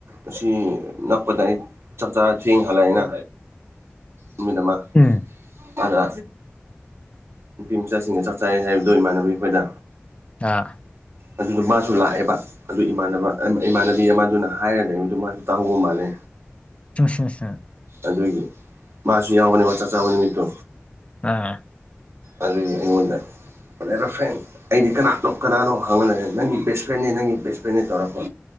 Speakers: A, on the right; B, on the left.
A: ꯑꯁꯤ ꯅꯛꯄꯗ ꯑꯩ ꯆꯞ ꯆꯥ ꯊ ꯍꯂꯥꯏꯅ ꯎꯃꯤꯗ ꯑꯃ
B: ꯎꯝ
A: ꯑꯗ ꯅꯨꯄꯤ ꯃꯆꯥꯁꯤꯡꯒ ꯆꯥꯛ ꯆꯥꯏ ꯍꯥꯏꯕꯗꯣ ꯏꯃꯥꯟꯅꯕꯤ ꯑꯩꯈꯣꯏꯗ
B: ꯑ
A: ꯑꯗꯨꯗ ꯃꯥꯁꯨ ꯂꯥꯛꯑꯦꯕ ꯑꯗꯨ ꯏꯃꯥꯟꯅꯕ ꯏꯃꯥꯟꯅꯕꯤ ꯑꯃꯗꯨꯅ ꯍꯥꯏꯔ ꯂꯩꯕꯗꯨ ꯃꯥꯁꯨ ꯇꯥꯍꯧꯕ ꯃꯥꯜꯂꯦ
B: ꯆꯁꯦ ꯁꯦ
A: ꯑꯗꯨꯒꯤ ꯃꯥꯁꯨ ꯌꯥꯎꯕꯅꯦꯕ ꯆꯥꯛ ꯆꯥꯕ ꯅꯨꯃꯤꯠꯇꯣ
B: ꯑꯥ
A: ꯑꯗꯨꯒꯤ ꯑꯩꯉꯣꯟꯗ ꯑꯣꯅꯔꯕꯜ ꯔꯐꯦꯟ ꯑꯩꯗꯤ ꯀꯅꯥꯅꯣ ꯀꯅꯥꯅꯣ ꯍꯪꯍꯜꯂꯒꯦ ꯅꯪꯒꯤ ꯕꯦꯁ ꯐ꯭ꯔꯦꯟꯅꯦ ꯅꯪ ꯕꯦꯁ ꯐ꯭ꯔꯦꯟꯅꯦ ꯇꯧꯔꯛꯄ